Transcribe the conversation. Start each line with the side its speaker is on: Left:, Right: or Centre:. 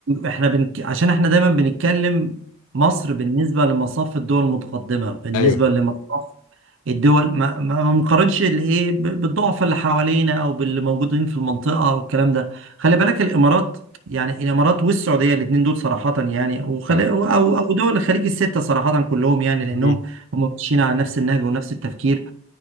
Right: احنا بنك... عشان احنا دايما بنتكلم مصر بالنسبة لمصاف الدول المتقدمة بالنسبة
Left: ايوه
Right: لمصاف الدول ما ما ما بنقارنش الايه ب- بالضعف اللي حوالينا او باللي موجودين في المنطقة او الكلام ده خلي بالك الامارات يعني الامارات والسعودية الاثنين دول صراحة يعني وخلي
Left: اه
Right: او او دول الخليج الستة صراحة كلهم يعني لانهم
Left: امم
Right: هم ماشيين على نفس النهج ونفس التفكير